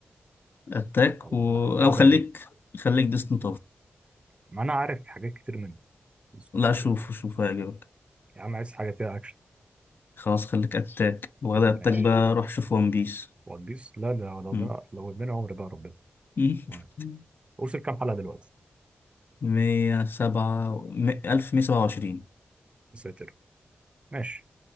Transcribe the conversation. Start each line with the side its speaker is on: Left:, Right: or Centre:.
Left: اتاك
Right: ولا
Left: و...
Right: ابدا
Left: او خليك
Right: بايه
Left: خليك ديسني
Right: ما انا عارف حاجات كتير منه بسم
Left: لا
Right: الله الرحمن
Left: شوفه
Right: الرحيم.
Left: شوفه هيعجبك
Right: يا عم عايز حاجه فيها اكشن
Left: خلاص خليك اتاك وغدا اتاك
Right: ماشي
Left: بقى روح شوف ون بيس
Right: ون بيس لا لا لو
Left: مم.
Right: ده لو اداني عمر بقى ربنا
Left: <laughs>
Right: تمام. وصل كام حلقه دلوقتي
Left: مية سبعة ألف مية سبعة وعشرين
Right: يا ساتر ماشي